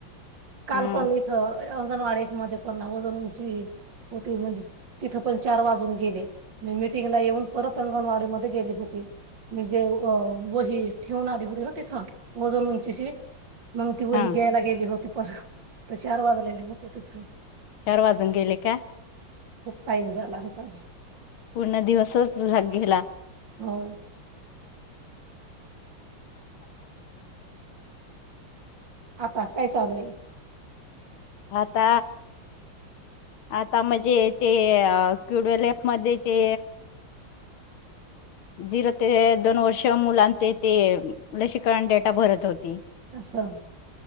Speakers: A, on the right; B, on the left.
A: काल
B: ह
A: पण इथं अ अंगणवाडी मध्ये पणवजन उची होती म्हणजे. तिथ पण चार वाजून गेले मी मिीटिंगला येऊन. परत अंगणवाडी मध्ये गेली होती मी जे वही ठेवून. आली होती. ना तिथ वओजन उंचीस. मग ति
B: हा
A: हि घ्यायला गेली. होती पर तर चार वाज ले होते. तिथ.
B: चार वाजून गेले का?
A: टाईम झाला होता.
B: पूर्ण दिवसच झाग गेला.
A: हो. <unintelligible> आता काय चालू होईल?
B: आता, आता म्हणजे ते क्युडवेल ॲपमध्ये ते झिरो ते दोन वर्ष मुलांचे ते लसीकरण डेटा भरत होती.
A: असं.